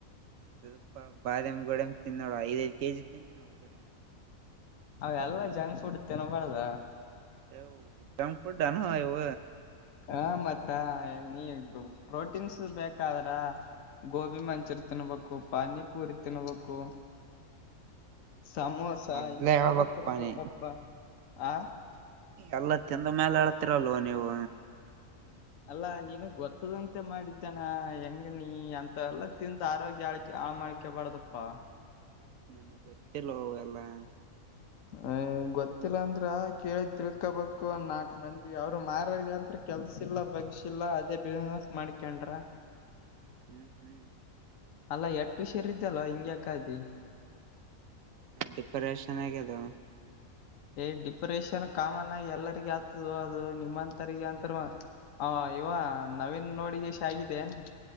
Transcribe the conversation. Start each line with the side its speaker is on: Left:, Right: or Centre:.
Right: ಸ್ವಲ್ಪ ಬಾದಾಮ ಗೋಡೆಮ್ಮ ತಿಿಂದೋಳ ಐದೈದು ಕೆಜಿ ತಿಿಂದ ನಾವು ಬರ
Left: ಅವ ಎಲ್ಲ ಜಂಕ್ ಫುಡ್ ತಿನ್ಬಾರ್ದ
Right: ಹೇ ಜಂಕ್ ಫುಡ್ ಏನ್ ಇವ
Left: ಹಾ ಮತ್ತ ನೀ ಪ್ರೋಟೀನ್ಸ್ ಬೇಕ ಹಾದ್ರ ಗೋಬಿ ಮಂಚೂರಿ ತಿನ್ಬೇಕು ಪಾನಿಪೂರಿ ತಿನ್ಬೇಕು ಸಮೋಸ
Right: ಮದ್ಲ
Left: ಇಂಥವೆಲ್ಲಾ
Right: ಹೇಳ್ಬೇಕ
Left: ತಿನ್ಬೇಕಪ್ಪಾ
Right: ಪಾ ನೀ
Left: ಆ
Right: ಎಲ್ಲ ತಿಂದ ಮೇಲೆ ಹೇಳ್ತೀರಲ್ವ ನೀವು
Left: ಅಲ್ಲಾ ನೀನುಗ್ ಗೊತ್ತದಂತೆ ಮಾಡಿದ್ದೇನಾ ಹೆಂಗ ನೀ ಅಂತ ಎಲ್ಲ ತಿಂದ ಆರೋಗ್ಯ ಹಾಲ್ ಹಾಳ್ ಮಾಡ್ಕೋಬಾರ್ದಪ್ಪಾ
Right: ನನಗೆ ಗೊತ್ತಿಲ್ಲ ಎಲ್ಲಾ
Left: ಹ ಗೊತ್ತಿಲ್ಲ ಅಂದ್ರ ಕೇಳ ತಿಳ್ಕೊಬೇಕು ಒಂದ್ ನಾಕ್ ಮಂದಿ ಅವ್ರು ಮಾರಗಂತ ಕೆಲ್ಸಿಲ್ಲ ಬಗ್ಸಿಲ್ಲಾ ಅದೇ ಬಿಸ್ನೆಸ್ ಮಾಡಿಕೊಂಡ್ರಾ
Right: ಹ್ಮ್ ಹ್ಮ್
Left: ಅಲ್ಲಾ ಎಸ್ಟ್ ಹುಷಾರ ಇದ್ದಿ ಅಲ್ಲೋ ಹಿಂಗ್ಯಾಕಾದಿ
Right: ಡಿಪ್ರೆಷನ್ ಆಗ್ಯದೋ
Left: ಏ್ ಡಿಪ್ರೆಷನ್ ಕಾಮನ್ ಎಲ್ಲರಿಗ ಆತದ ಅದು ನಿಮ್ಮಂತರಿಗೆ ಅಂತ ಹಾ ಇವ ನವೀನ್ ನೋಡಿ ಗಸಿಂದ ಆಗಿದ್ದೇನ್